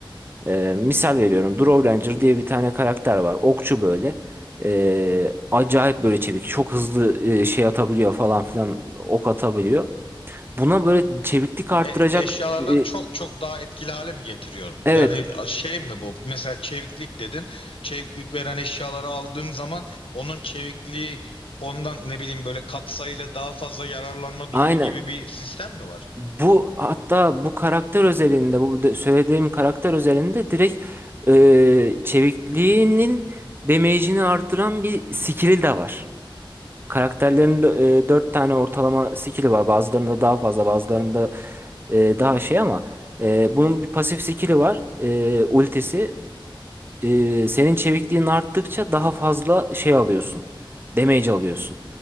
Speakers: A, on the right (about 25°); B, on the left (about 85°).
A: E, misal veriyorum Drow Ranger diye bir tane karakter var. Okçu böyle. E, acayip böyle çevik. Çok hızlı e, şey atabiliyor falan filan. Ok atabiliyor. Buna böyle çeviklik arttıracak
B: E, eşyalarla
A: e,
B: çok çok daha etkili hale mi getiriyorum?
A: evet
B: Yani şey mi bu? Mesela çeviklik dedin. Çeviklik veren eşyaları aldığım zaman onun çevikliği ondan ne bileyim böyle katsayıyla daha fazla yararlanma durumu
A: aynen
B: gibi bir sistem mi var?
A: Bu hatta bu karakter özelinde bu de- söylediğim karakter özelinde direkt e, çevikliğinin damage'ini artıran bir skill'i de var. Karakterlerin de, e, 4 tane ortalama skill'i var. Bazılarında daha fazla bazılarında e, daha şey ama e, bunun bir pasif skill'i var. E, ultisi. E, senin çevikliğin arttıkça daha fazla şey alıyorsun. Damage alıyorsun.